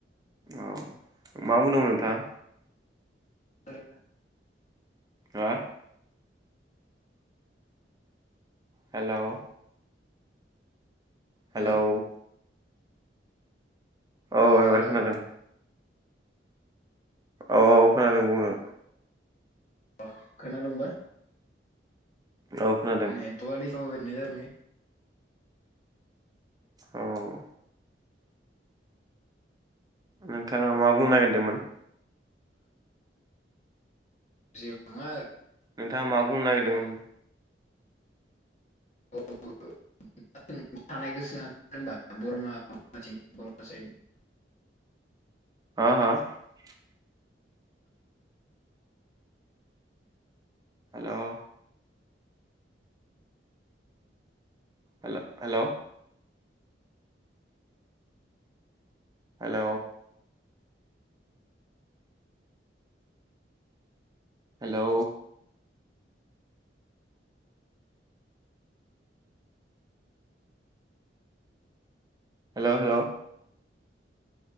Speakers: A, on the right; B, on the left.
A: औ मा बुंदोंमोन नोंथाङा?
B: <unintelligible>
A: हा हेल'
B: हेल'
A: हेलौ औ
B: ओ हेलौ
A: एबार खोनादों। औ औ खोनादों बुंनो
B: अ खोनादोंबा?
A: औ खोनादों
B: नेटअवार्क <unintelligible>
A: औ नोंथाङा मा बुंनो नागिरदोंमोन?
B: जेबो नंङा ओरै
A: नोंथाङा मा बुंनो नागिरदोंमोन?
B: <unintelligible> थानाय गोसो आ बर्मा <unintelligible>
A: <unintelligible> हेल' हेल हेल' हेल' हेलौ हेल' हेल'